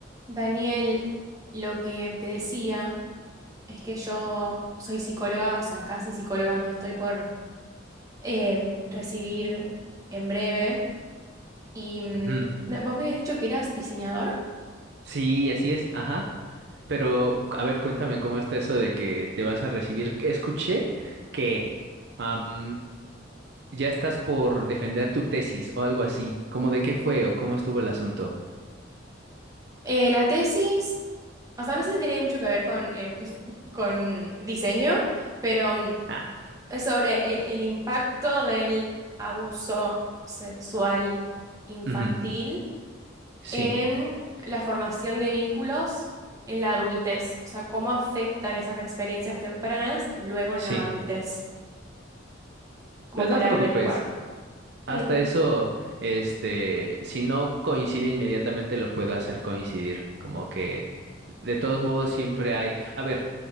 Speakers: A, on the right; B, on the right.
A: Daniel, lo que te decía es que yo soy psicóloga, o sea, casi psicóloga, me estoy por em, recibir en breve. Y mm,
B: Ujú.
A: no, vos me habías dicho que eras diseñador.
B: Sí, así es, ajá. Pero, a ver, cuéntame cómo está eso de que te vas a recibir. Escuché que am, ya estás por defender tu tesis o algo así. ¿Cómo de qué fue o cómo estuvo el asunto?
A: Eh, la tesis, o sea, no sé si tiene mucho que ver con, em, <laughs> con diseño, pero mm,
B: Ah,
A: es sobre el, el impacto del abuso sexual infantil
B: ujú, ujú. Sí,
A: en la formación de vínculos en la adultez, o sea, cómo afectan esas experiencias tempranas luego en
B: sí.
A: la adultez, como
B: Pues
A: para
B: no te preocupes.
A: averiguar. Mm.
B: Hasta eso, este, si no coincide inmediatamente, lo puedo hacer coincidir. Como que, de todos modos, siempre hay. A ver,